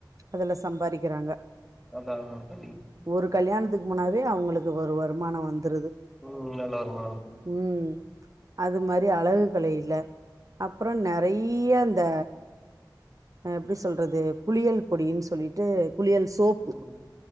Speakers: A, on the right; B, in the centre.
A: அதுல சம்பாரிக்கிறாங்க
B: அதாவ பண்ணி
A: ஒரு கல்யாணத்துக்கு போனாவே அவங்களுக்கு ஒரு வருமான வந்ருது
B: ம் நல்ல வருமான
A: ம் அது மாரி அழகு கலைல அப்றோ நெறய இந்த எப்டி சொல்றது குளியல் பொடின் சொல்லிட்டு குளியல் சோ தோப்பு
B: ம்